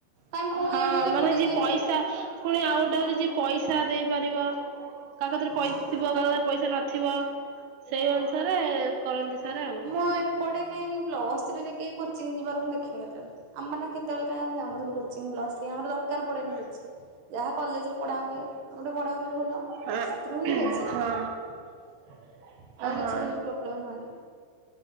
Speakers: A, on the right; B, on the right.
A: କାଇ ମୁଁ
B: ହଁ
A: ଜାଣିବାରେ
B: ମାନେ
A: ଏପଟେ
B: ଯିଏ
A: କିଏ
B: ପଇସା ପୁଣି ଆଉ ଗୋଟେ ହଉଛି ଯିଏ ପଇସା ଦେଇପାରିବ କାକତିରେ ପଇସା
A: ହଁ
B: ଥିବ କା ପାଖରେ ପଇସା ନ ଥିବ ସେଇ ଅନୁସାରେ କରନ୍ତି ସରେ ଆଉ।
A: ହଁ ଏପଟେ କାଇହିଁ ପ୍ଲସ୍ ଥ୍ରୀରେ କେହି କୋଚିଂ ଯିବାର ମୁଁ ଦେଖିନି କେତେବେଳେ? ଆମମାନେ କେତେବେଳେ କାଇଁ ଯାଉନଥିଲୁ କୋଚିଂ ପ୍ଲସ ଥ୍ରୀ ଆମର ପଡେନି କୋଚିଂ। ଯାହା କଲେଜରେ ପଢ଼ା ହୁଏ ଆମ ଗଟେ ପଢ଼ା ହୁଏ ଭୁଲ
B: ହଁ
A: ସେଥିରୁ ହିଁ ହେଇଯାଏ।
B: ହଁ
A: <inaudible> ଆଉ କିଛି
B: ହଁ
A: ପ୍ରୋବ୍ଳମ୍ ହୁଏନି।